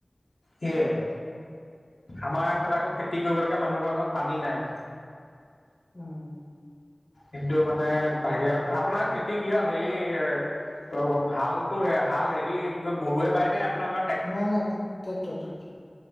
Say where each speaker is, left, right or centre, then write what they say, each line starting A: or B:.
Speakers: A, on the left; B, on the left.
A: সেইয়াই আমাৰ এইফালে আকৌ খেতি কৰিবলৈকে মানুহবোৰ ওচৰত পানী নাই।
B: উম।
A: কিন্তু মানে বাহিৰত আপোনাৰ খেতি কিহত হেৰি ত, হালো হাল হেৰি গৰুৱে পায় নাই আপোনাৰ ঘৰত।
B: নাই, নাই ট্ৰেক্টৰ, ট্ৰেক্টৰ